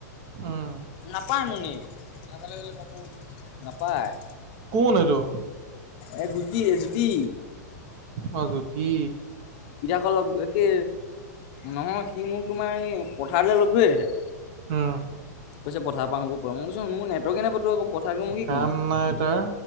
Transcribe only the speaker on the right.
উম।
কোন এইটো?
অহ জুতি।
হম।
কাম
নাই তাৰ